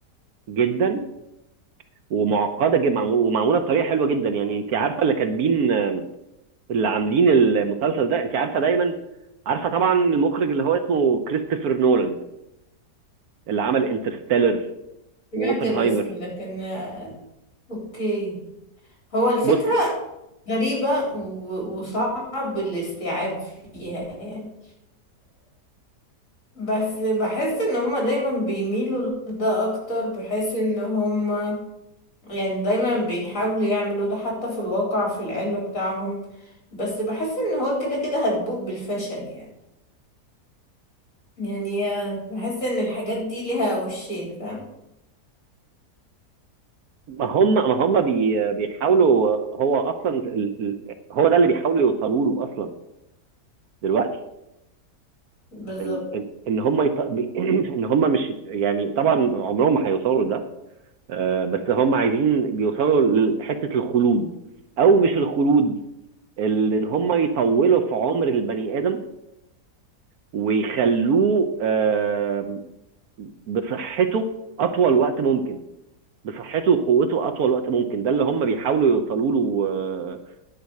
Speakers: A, on the right (about 65°); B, on the left (about 50°).
A: جدا ومعقدة جدا ومعمولة بطريقة حلوة جدا يعني انت عارفة اللي كاتبين آه، اللي عاملين المسلسل ده انت عارفة دايما عارفة طبعا المخرج اللي هو اسمه كريستوفر نولان اللي عمل انترستيلر
B: سمعت
A: واوبنهايمر
B: الاسم لكن اوكي هو الفكرة
A: بصي
B: غريبة و- وصعب الاستيعاب فيها يعني بس بحس ان هما دايما بيميلوا لده اكتر بحيث ان هما يعني دايما بيحاولوا يعملوا ده حتى في الواقع في العلم بتاعهم بس بحس ان هو كده كده هتبوء بالفشل يعني يعني بحس ان الحاجات دي ليها وشين فاهم
A: ما هم ما هم بي بيحاولوا هو اصلا ال- ال- هو ده اللي بيحاولوا يوصلوا له اصلا دلوقتي
B: بالظبط
A: ال- ان إن هم يط... <clears throat> ان هم مش يعني طبعا عمرهم ما هيوصلوا لده آه، بس هم عايزين بيوصلوا لحتة الخلود او مش الخلود ال- ان هم يطولوا في عمر البني ادم ويخلوه آه، بصحته اطول وقت ممكن بصحته وقوته اطول وقت ممكن ده اللي هم بيحاولوا يوصلوا له آه،